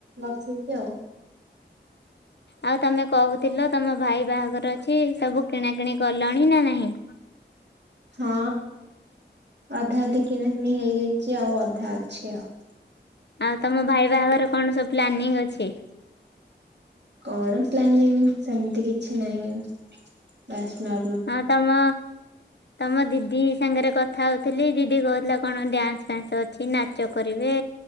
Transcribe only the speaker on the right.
ବସିଛି ଆଉ।
ହଁ ଅଧା ଅଧୀ କିଣା କିଣି ହେଇଯାଇଛି ଆଉ ଅଧା ଅଛି ଆଉ।
କଣ ପ୍ଲାନିଂ ସେମିତି କିଛି ନାହିଁ। ବାସ ନ